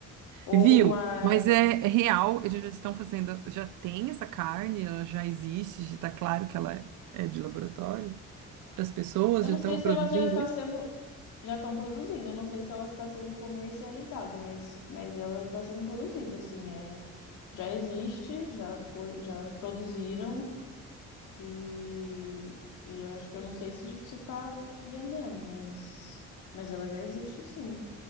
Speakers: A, on the left (about 85°); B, on the right (about 80°).
A: Ou
B: Viu?
A: uma,
B: Mas é, é real, eles já estão fazendo, já tem essa carne, ela já existe, já está claro que ela é de laboratório para as pessoas,
A: eu
B: já
A: não
B: estão
A: sei se
B: produzindo
A: ela já está
B: isso?
A: sendo, já estão produzindo, eu não sei se ela está sendo comercializada, mas mas ela está sendo produzida, assim, é, já existe, já foi, já produziram e e eu acho que eu não sei se se está vendendo, mas mas ela já existe, sim.